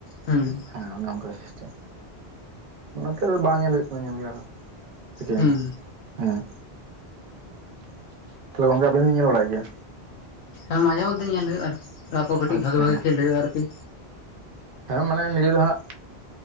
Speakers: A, on the left; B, on the right.
A: ᱦᱮᱸ
B: ᱦᱮᱸ ᱚᱱᱮ ᱚᱱᱠᱟ ᱥᱤᱥᱴᱮᱢ ᱚᱱᱟᱛᱮ ᱵᱟᱝ ᱧᱮᱞ ᱦᱩᱭᱩᱜ ᱠᱟᱱᱟ ᱧᱮᱞ ᱜᱮ ᱟᱨᱦᱚ ᱪᱤᱠᱟᱹᱭᱟᱢ?
A: ᱦᱩᱸ
B: ᱦᱮᱸ ᱾ ᱛᱟᱦᱞᱮ ᱜᱚᱝᱠᱮ ᱟᱵᱤᱱ ᱵᱤᱱ ᱧᱮᱞ ᱵᱟᱲᱟᱜ ᱜᱮᱭᱟ?
A: ᱦᱮᱸ ᱢᱟᱡᱷᱮ-ᱢᱚᱫᱽᱫᱮ ᱧᱮᱞ ᱦᱩᱭᱩᱜᱼᱟ ᱟᱨ ᱠᱤ ᱠᱟᱹᱴᱤᱡ
B: ᱟᱪᱪᱷᱟ
A: ᱵᱷᱟᱜᱤ ᱵᱷᱟᱜᱤ
B: ᱦᱮᱸ
A: ᱠᱷᱮᱞ ᱦᱩᱭᱩᱜ ᱟᱨᱠᱤ ᱾
B: ᱦᱮᱸ ᱢᱟᱱᱮ ᱱᱤᱡᱮ ᱫᱚ ᱦᱟᱸᱜ